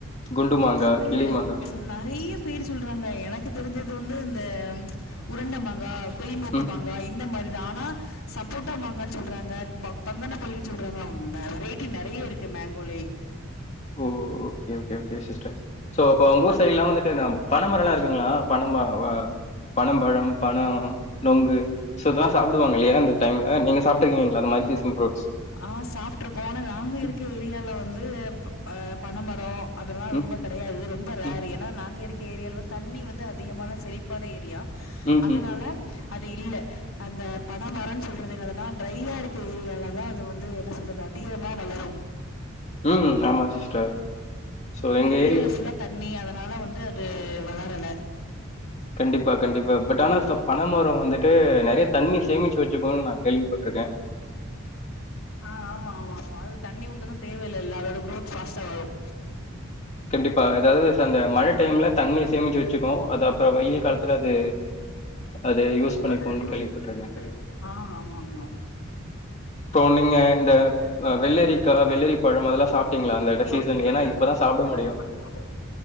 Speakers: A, on the left; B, on the left.
A: குண்டு மாங்கா
B: அது
A: கிளி மாங்கா
B: நெறைய பேர் சொல்றாங்க எனக்கு தெரிஞ்சது வந்து இந்த உருண்ட மாங்கா கிளி மூக்குமாங்க
A: ம்
B: இந்த மாரிதா ஆனா சப்போட்டா மாங்கனு சொல்றாங்க ப பங்கன்ன பல்லின் சொல்றாங்க வெரைட்டி நெறைய இருக்குது மேங்கோலயே
A: ஓ okay okay okay sister so அப்ப வந்து சரி எல்லா வந்துட்டு இந்த பனைமரலா இருக்குங்களா பணமர பனம் பழம் பன நுங்கு சோ இதா சாப்டுவாங்க இல்லயா இந்த டைம்ல நீங்க சாப்ட்ருக்கீங்களா அந்த மாரி சீசன் ஃப்ரூட்ஸ்
B: ஆ சாப்ட்ருக்கோ ஆனா நாங்க இருக்க
A: ம்
B: ஏரியால வந்து பனமரோ அதுலா ரொம்ப
A: ம்
B: கடயாது ரொம்ப ரேர்ரு
A: ம்
B: ஏன்னா நாங்க இருக்க ஏரியாவ்ல வந்து தண்ணி வந்து அதிகமான செழிப்பான ஏரியா
A: ம்
B: அதனால அது இல்ல அந்த பன மரம் சொல்றது என்னதுன்னா ட்ரையா இருக்க ஏரியாவ தா அது வந்து என்ன சொல்றது அதிகமா வளரு
A: ம் ஆமா சிஸ்டர் சோ எங்க
B: ஏரியால
A: ஏரியா
B: ஃபுல்லா தண்ணி அதனால வந்து அது வளரல
A: கண்டிப்பா கண்டிப்பா பட் ஆனா பனமரம் வந்துட்டு நெறைய தண்ணி சேமிச்சு வச்சக்கோன் நா கேள்விப்பட்ருக்க
B: ஆ ஆமா ஆமா அது தண்ணி ஊத்துனோ தேவையில்லல அதோட குரோத் ஃபாஸ்ட்டா வரும்
A: கண்டிப்பா எதாவ்து அந்த மழ டைம்ல தண்ணிய சேமிச்சு வச்சுக்கோ அது அப்றோ வெயில் காலத்துல அது அது யூஸ் பண்ணிக்கும்ன்னு
B: அது யூஸ்
A: கேள்விபட்டுருக்கே
B: பண்ணி ஆ ஆமா ஆமா ஆமா
A: இப்போ நீங்க
B: சோ
A: இந்த
B: நீங்க இந்த
A: அ வெள்ளரிக்கா,
B: வெள்ளரிக்கா
A: வெள்ளரி பழம் அதெல்லாம்
B: வெள்ளரி
A: சாப்பிட்டீங்களா?
B: பழம் எல்லா
A: அந்த சீசன்
B: சாப்ட்டீங்களா
A: ஏன்னா
B: அந்த
A: இப்பதான்
B: இது சீசனு
A: சாப்பிட
B: ஏன்னா
A: முடியும்.
B: இப்பதா